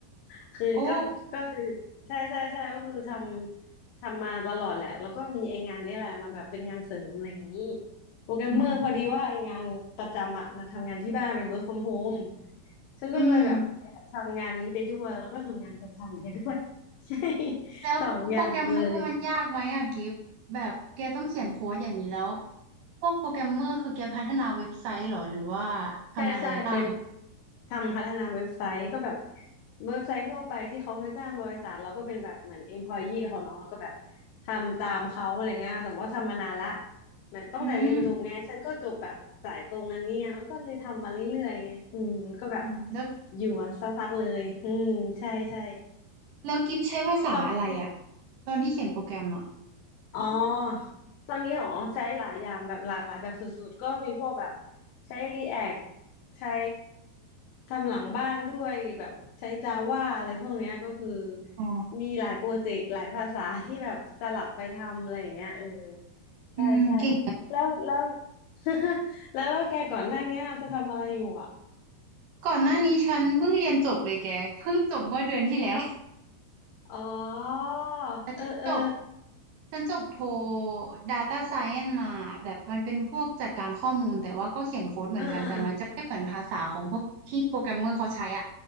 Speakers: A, on the left; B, on the right.
A: <laughs> คือก็ก็คือใช่ใช่ใช่ก็คือทำทำมาตลอดแหละแล้วก็มีไอ้งานเนี้แหละมาแบบเป็นงานเสริมอะไรอย่างนี้
B: โอ้
A: โปรแกรมเมอร์พอดีว่าไอ้งานประจำอ่ะมันทำงานที่บ้านเป็น
B: อืม
A: work from home ฉันก็เลยแบบแอบทำงานนี้ไปด้วยแล้วก็ทำงานประจำไปด้วย
B: อืม
A: <laughs> ใช่
B: แล้วโปรแกรมเมอร์มันยากไหมอ่ะกิฟแบบแกต้องเขียนโค้ดอย่างนี้แล้ว
A: <laughs> สองอย่างเลย
B: พวกโปรแกรมเมอร์คือแกพัฒนาเว็บไซต์เหรอหรือว่าทำอะไรบ้าง
A: ใช่ใช่เป็นทำพัฒนาเว็บไซต์ก็แบบเว็บไซต์ทั่วไปที่เขามาจ้างบริษัทเราก็เป็นแบบเหมือน employee เขาเนาะเราก็แบบทำตามเขาอะไรเงี้ยแต่ว่าทำมานานละเหมือนตั้งแต่เรียนจบไงฉันก็จบแบบสายตรงอันนี้ไงมันก็เลยทำมาเรื่อยๆไงอืมก็แบบ
B: อืมอ๋อแล้ว
A: อยู่มาสักพักเลยอืมใช่ใช่
B: แล้วกิฟใช้ภาษาอะไรอ่ะ
A: ก็ตอนนี้
B: ตอนที่เขียนโปรแกรมอ่ะ
A: อ๋อตอนนี้หรอใช้หลายอย่างแบบหลากหลายแบบสุดๆก็มีพวกแบบใช้ React ใช้ทำหลังบ้านด้วยแบบใช้ Java อะไรพวกเนี้ยก็คือ
B: อ๋อ
A: มีหลายโปรเจกต์หลายภาษาที่แบบสลับไปทำอะไรอย่างเงี้ยเออใช่ใช่
B: อืมเก่ง
A: แล้วแล้ว <laughs> แล้วแล้วแกก่อนหน้าเนี้ยจะทำอะไรอยู่อ่ะ
B: ก่อนหน้านี้ฉันเพิ่งเรียนจบเลยแกเพิ่งจบเมื่อเดือนที่แล้ว
A: อ๋อ
B: <laughs>
A: เออเออ
B: ฉันจบฉันจบโท Data Science มาแบบมันเป็นพวกจัดการข้อมูลแต่ว่าก็เขียนโค้ดเหมือนกันแต่มันจะไม่เหมือนภาษาของพวกที่โปรแกรมเมอร์เขาใช้อ่ะ
A: เออเออเออ